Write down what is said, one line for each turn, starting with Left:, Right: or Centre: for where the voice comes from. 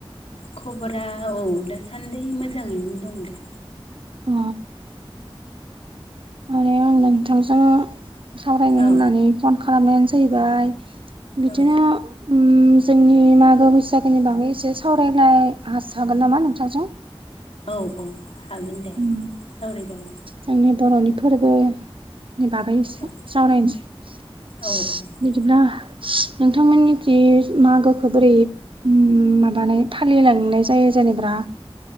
Left: खबरा औ दासान्दि मोजाङैनो दं दे।
Right: अ माने आं नोंथांजों सावरायनो
Left: औ
Right: होननानै फन खालामनायानो जाहैबाय बिदिनो
Left: औ
Right: उम जोंनि मागो बैसागोनि बागै एसे सावरायलाय हागोन नामा नोंथांजों?
Left: औ औ हागोन दे सावरायजागोन।
Right: उम जोंनि बर'नि फोरबो बागै एसे
Left: औ
Right: सावरायनोसै।
Left: औ औ
Right: बिदिब्ला नोंथांमोननिथिं मागोखो बोरै उम माबानाय फालिलांनाय जायो जेनेबा।